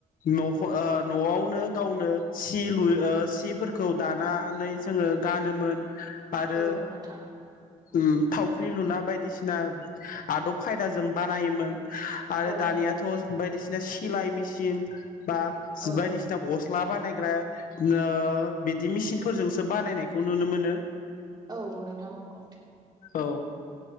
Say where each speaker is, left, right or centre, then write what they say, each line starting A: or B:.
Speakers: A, on the left; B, on the right.
A: न'खो ओ न'आवनो गावनो सि लु ओ सिफोरखौ दानानै जोङो ओ गानोमोन आरो
B: औ नोंथां
A: उम थावख्रि लुना बायदिसिना आदब खायदाजों बानायोमोन। आरो
B: औ
A: दानियाथ'
B: औ
A: बायदिसिना सिलाय मिसिन बा जि
B: औ
A: बायदिसिना गस्ला बानायग्रा नो बिदि मिसिनफोरजोंसो बानायनाय खौ नुनो मोनो।
B: औ नोंथां नंगौ।
A: औ